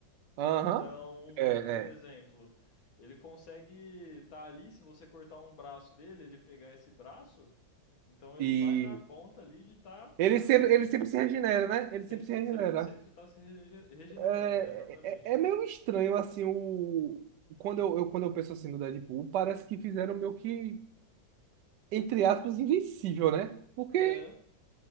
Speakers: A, on the right; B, on the left.
A: Aham.
B: Então,
A: É,
B: por exemplo,
A: é.
B: ele consegue estar ali, se você cortar um braço dele, ele pegar esse braço, então ele
A: E
B: vai dar conta ali de estar,
A: ele sempre,
B: entendeu?
A: ele sempre se regenera, né? Ele
B: Sempre,
A: sempre se
B: se-
A: regenera.
B: sempre, sempre tá se regener- regenerando,
A: É,
B: exatamente.
A: é, é meio estranho, assim, o... Quando eu, eu- quando eu penso assim no Deadpool, parece que fizeram meio que, entre aspas, invencível, né? Porque
B: É.